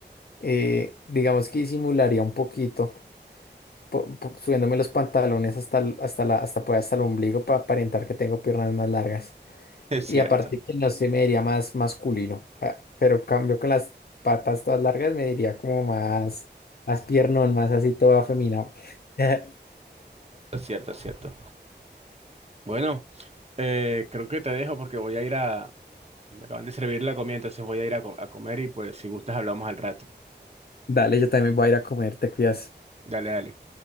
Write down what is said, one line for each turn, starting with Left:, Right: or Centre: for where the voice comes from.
Left: eh, digamos que disimularía un poquito, po- po- subiéndome los pantalones hasta, el- hasta la, hasta, pues, hasta el ombligo para aparentar que tengo piernas más largas.
Right: Es
Left: Y
Right: cierto,
Left: aparte que no se me diría más masculino, ah, pero cambio con las patas todas largas me diría como más, más piernón, más así todo afeminado. <laughs>
Right: es cierto, es cierto. Bueno, eh, creo que te dejo porque voy a ir a... Me acaban de servir la comida, entonces voy a ir a, co- a comer y pues si gustas hablamos al rato.
Left: Dale, yo también voy a ir a comer, te cuidas.
Right: Dale, dale.